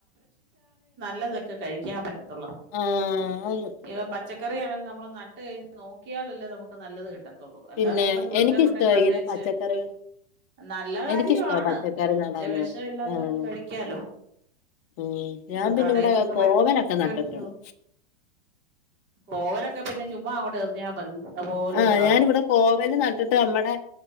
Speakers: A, on the right; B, on the left.
A: ല്ലതൊക്കെ കഴിക്കാൻ പറ്റ് ത്തൊള്ളോ
B: ആഹ് ആന്ന്
A: ഏതാ പറ്റ് ച്ചക്കറി ആണേലും നമ്മള് നട്ട്കഴിഞ്ഞാ നോക്കിയാലല്ലേ നമുക്ക് നല്ലത് കി ട്ടത്തുള്ളൂ അല്ലാതെ
B: പിന്നെ
A: നമ്മള് വെറുതെ
B: എനിക്കിഷ്ടവാ
A: കൊണ്ടേ നട്ടേച്ച്
B: ഇങ്ങനെ പച്ചക്കറികൾ
A: നല്ല കാര്യമാണ്
B: എനിക്കിഷ്ടവാ പച്ചക്കറി
A: പക്ഷേ
B: നടാനും
A: വെഷവില്ലാത്തൊക്കെ
B: ഒക്കെ ആഹ്
A: കഴി ക്കാലോ
B: ഉം ഞാൻ
A: ആ
B: പിന്നെ
A: കടയിന്നൊക്കെ
B: ഇവിടെ
A: വേടിക്കുന്ന
B: കോവലൊക്കെ
A: എന്തൊരു
B: നട്ടിട്ടുണ്ട്
A: വെഷാ കോവലൊക്കെ പിന്നെ ചുമ്മാ അങ്ങോട്ട് എറിഞ്ഞാ മതി അതുപോലെ
B: ആഹ്‌
A: ഉണ്ടാവും
B: ഞാനിവിടെ കോവല് നട്ടിട്ട് അമ്മടെ